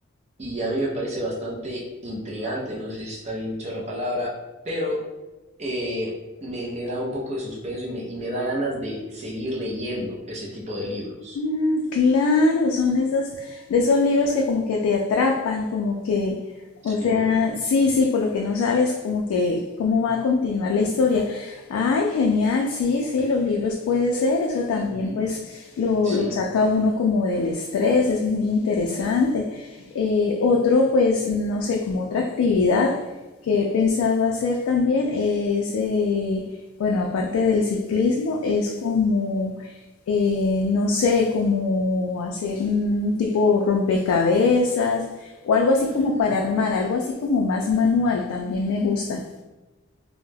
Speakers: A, on the right; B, on the left.
A: y a mí me parece bastante intrigante, no sé si está bien dicho la palabra, pero eh, me, me da un poco de suspenso y me, y me da ganas de seguir leyendo ese tipo de libros.
B: Mm, claro, son esas, de esos libros que como que te atrapan, como que,
A: Sí.
B: o sea, sí, sí, por lo que no sabes, como que cómo va a continuar la historia. Ay, genial, sí, sí, los libros puede ser, eso también
A: Ujú,
B: pues lo,
A: Sí.
B: lo saca uno como del estrés, es muy interesante. Eh, otro, pues, no sé, como otra actividad que he pensado hacer también es, eh, bueno, aparte del ciclismo, es como, eh, no sé, como hacer un tipo rompecabezas o algo así
A: Ujú.
B: como para armar, algo así como más manual, también me gusta.